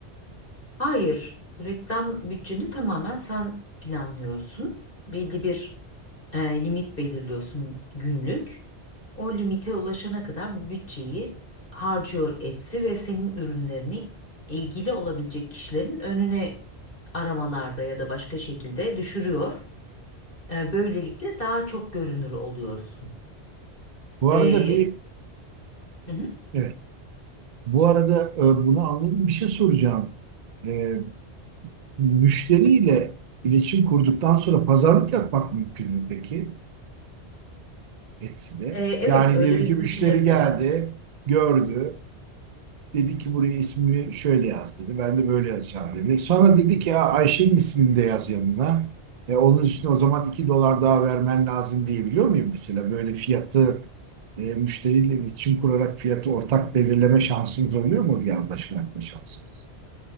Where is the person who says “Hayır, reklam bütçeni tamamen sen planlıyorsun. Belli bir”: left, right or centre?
Left